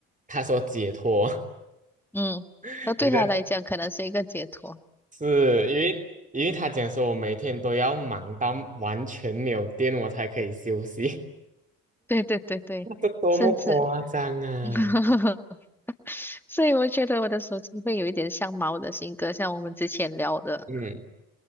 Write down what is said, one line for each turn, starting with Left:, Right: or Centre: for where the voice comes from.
Right: 他说解脱，
Centre: 嗯，
Right: <laughs>
Centre: 那对他来讲可能是一个解脱。
Right: 你的是因为因为他讲说我每天都要忙到完全没有电，我才可以休息，
Centre: <laughs> 对对对对，
Right: <laughs> 这多么夸张啊！
Centre: 甚至 <laughs> 所以我觉得我的手机会有一点像猫的性格，像我们之前聊的。
Right: 嗯，